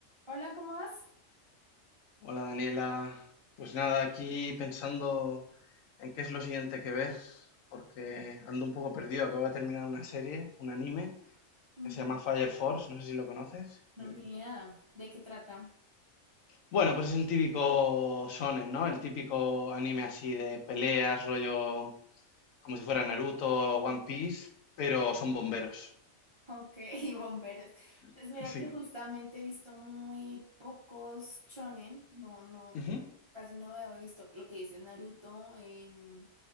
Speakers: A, on the right (about 40°); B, on the left (about 80°).
A: Hola, ¿cómo vas?
B: Hola Daniela, pues nada, aquí pensando en qué es lo siguiente que ver, porque ando un poco perdido. Acabo de terminar una serie, un anime,
A: Ujú,
B: que se llama Fire Force, no sé si lo conoces.
A: No,
B: Y...
A: ni idea. ¿De qué trata?
B: Bueno, pues es el típico shonen, ¿no? El típico anime así de peleas, rollo como si fuera Naruto, One Piece, pero son bomberos.
A: Ok, <laughs> bomberos.
B: <laughs>
A: Pues mira
B: Sí.
A: que justamente he visto muy pocos shonen. No, no,
B: Ujú.
A: casi no he visto lo que dices Naruto, em,